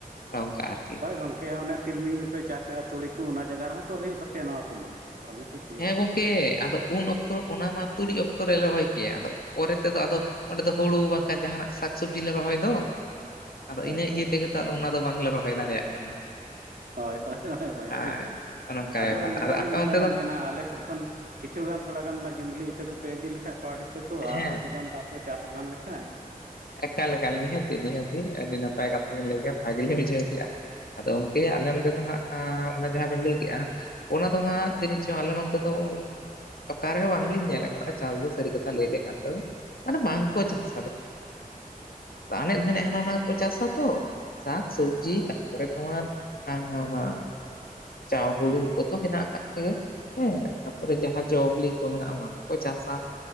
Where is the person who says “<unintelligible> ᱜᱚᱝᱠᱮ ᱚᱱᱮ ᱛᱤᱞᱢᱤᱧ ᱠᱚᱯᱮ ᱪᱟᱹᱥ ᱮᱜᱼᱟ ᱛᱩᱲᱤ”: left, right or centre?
Right